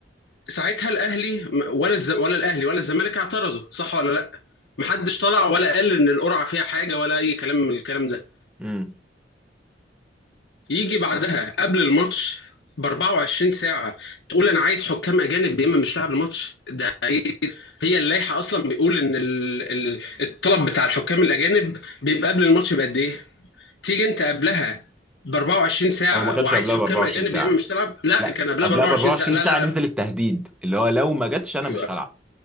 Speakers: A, on the left; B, in the centre.
A: ساعتها الاهلي ولا الز... ولا الاهلي ولا الزمالك اعترضوا صح ولا لا محدش طلع ولا قال ان القرعه فيها حاجه ولا اي كلام من الكلام ده
B: امم
A: يجي بعدها قبل الماتش ب 24 ساعة تقول أنا عايز حكام أجانب يا إما مش لاعب الماتش ده إيه؟ هي اللائحة أصلا بيقول إن ال- ال- الطلب بتاع الحكام الأجانب بيبقى قبل الماتش بقد إيه؟ تيجي أنت قبلها ب 24 ساعة
B: هو ما كانش
A: وعايز
B: قبلها
A: حكام
B: ب 24
A: أجانب
B: ساعه
A: يا إما مش تلعب؟ لا
B: لا
A: كان قبلها
B: قبلها
A: ب 24
B: ب 24
A: ساعة لا
B: ساعه
A: لا لا
B: نزل التهديد اللي هو لو ما جاتش انا
A: أيوه
B: مش هلعب